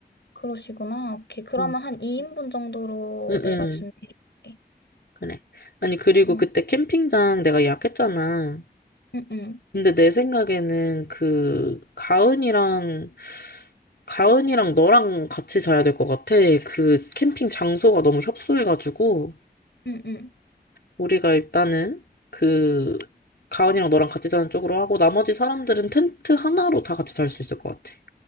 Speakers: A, on the left (about 85°); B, on the left (about 70°).
A: 그러시구나. 오케이. 그러면
B: 응,
A: 한 2인분 정도로
B: 응,
A: 내가
B: 응,
A: 준비를 할게.
B: 그래. 아니, 그리고
A: 어,
B: 그때 캠핑장 내가 예약했잖아.
A: 응, 응,
B: 근데 내 생각에는 그 가은이랑 가은이랑 너랑 같이 자야 될 것 같아. 그 캠핑 장소가 너무 협소해가지고
A: 응, 응.
B: 우리가 일단은 그 가은이랑 너랑 같이 자는 쪽으로 하고 나머지 사람들은 텐트 하나로 다 같이 잘 수 있을 것 같아.